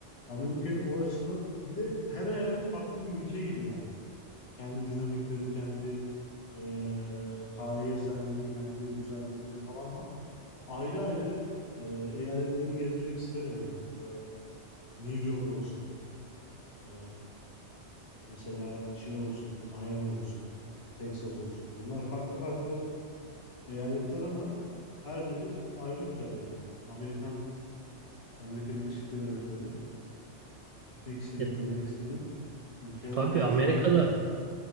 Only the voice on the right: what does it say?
E
tabii
Amerika'da